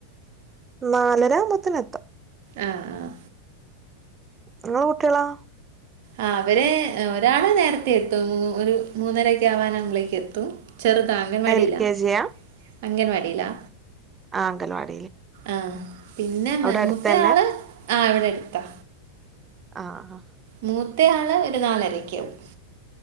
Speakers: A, on the right; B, on the right.
A: നാലരാബത്തേനേത്തും
B: ആഹ് ആഹ്
A: ഇങ്ങളെ കുട്ട്യാളൊ?
B: ആഹ് അവര് ഒരാള് നേരത്തെ എത്തും. ഒരു മൂന്നരക്കെ ആവാൻ ആവുമ്പളേക്ക് എത്തും. ചെറുതാ അഗൻവാടില്ലാ
A: എൽ കെ ജിയാ
B: അംഗൻവാടില്ലാ.
A: ആ അങ്കൽവാടി
B: ആഹ് പിന്നെ മൂത്തെ
A: അടുത്ത് തന്നെ
B: ആള് ആഹ് ഇവിടെ അടുത്താ
A: ആഹ ആ
B: മൂത്ത ആള് ഒര് നാലരക്കാവും.